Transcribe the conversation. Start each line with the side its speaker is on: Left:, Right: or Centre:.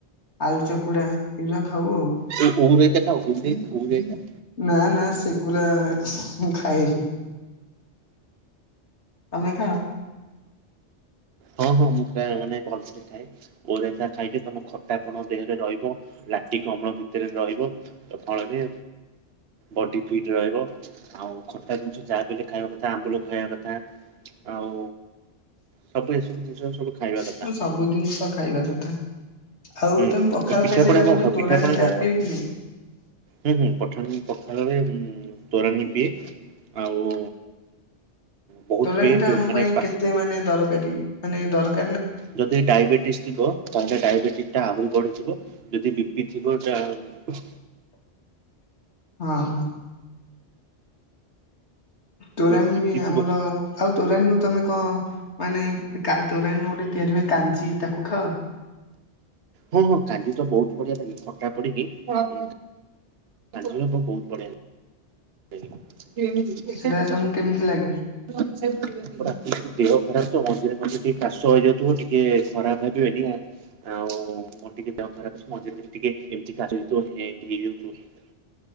Left: ଆଳୁ ଚକୁଡ଼ା ଏଗୁଡ଼ା ଖାଉ ଆଉ।
Right: ଏଇ ଓଉ ରାଇତା ଟା ଓଡେଇ ଓଉ ରାଇତା।
Left: ନା ନା ସେଗୁରା ମୁଁ ଖାଏନି। ତମେ ଖାଅ।
Right: ହଁ ହଁ ମୁଁ ପ୍ରାୟ ମାନେ ଭଲ ସେ ଖା ଏ ଓଉ ରାଇତା ଖାଇଲେ ତମ ଖଟାପଣ ଦେହରେ ରହିବ। ଲାକଟିକ ଅମ୍ଳ ଭିତରେ ରହିବ ଫଳରେ। ବଡି ଫିଟ ରହିବ ଆଉ ଖଟା ଜିନିଷ ଯାହା ବି ହେଲେ ଖାଇବା କଥା ଆମ୍ବୁଲ ଖାଇବା କଥା। ଆଉ ସବୁ ଏସବୁ ଜିନିଷ ଯାକ ସବୁ ଖାଇବା
Left: ହୁଁ
Right: କଥା
Left: ସବୁ ଜିନିଷ ଖାଇବା କଥା। ଆଉ
Right: ହୁଁ
Left: ତମେ ପଖାଳ
Right: ଆଉ ପିଠାପଣା
Left: ଖାଇସାରିଲା
Right: କଣ
Left: ପରେ
Right: ଖାଅ ପିଠାପଣା
Left: ତୋରାଣି
Right: କଣ
Left: ଟା
Right: ଖାଅ?
Left: ପିଅ କି ନାଇ?
Right: ହୁଁ ହୁଁ ପଠାଣି ପଖାଳ ରେ ମୁଁ। ତୋରାଣୀ ପିଏ ଆଉ। ବହୁତ
Left: ତୋରାଣି
Right: ପିଏ
Left: ଟା ଆମ
Right: ମାନେ
Left: ପାଇଁ
Right: ପାସ୍
Left: କେତେ ମାନେ ଦରକାରୀ ମାନେ ଦରକା
Right: ଯଦି ଡାଇବେଟିସ୍ ଥିବ ତାହେଲେ ଡାଇବେଟିସ ଟା ଆହୁରି ବଢିଯିବ ଯଦି ବି ପି ଥିବ ତା ହଁ
Left: ହଁ ହ। ତୋରାଣୀ
Right: ଯଦି ବିପି
Left: ବି ଆମର
Right: ଥିବ
Left: ଆଉ ତୋରାଣୀରୁୁ ତମେ କଣ ମାନେ କା ତୋ ତୋରାଣି ଗୋଟେ ତିଆରି ହୁଏ କାଞ୍ଜି ତାକୁ ଖାଅ?
Right: ହଁ ହଁ କାଞ୍ଚି ତ ବହୁତ ବଢିଆ ଲାଗେ ଖଟା ପଡିକି କାଞ୍ଚି ପାଗ ବହୁତ ବଢିଆ ଲାଗେ
Left: ସେଟା ତମକୁ କେମିତି ଲାଗେ?
Right: ରାତି ରେ ଟିକେ ଦେହ ଖରାପ ତ ମଝିରେ ମଝିରେ ଟିକେ କାଶ ହେଇଯାଉଥିବ ଟିକେ ଖରାପ ଭାବିବେ ଆଉ ମୋର ଟିକେ ଦେହ ଖରାପ ଅଛି ମଝି ରେ ଟିକେ ଏମତି କାସ ହେଇଯାଉଥିବ <unintelligible>